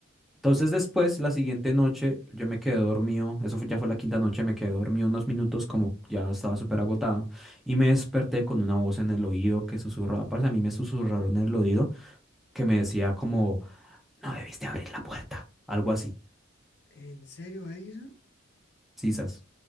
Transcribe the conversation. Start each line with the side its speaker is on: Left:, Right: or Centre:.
Centre: Entonces después, la siguiente noche, yo me quedé dormido, eso fue- ya fue la quinta noche, me quedé dormido unos minutos como ya estaba súper agotado y me desperté con una voz en el oído que susurraba, parece a mí me susurraron en el oído que me decía como, no debiste abrir la puerta, algo así,
Left: ¿En serio, Edison?
Centre: sisas.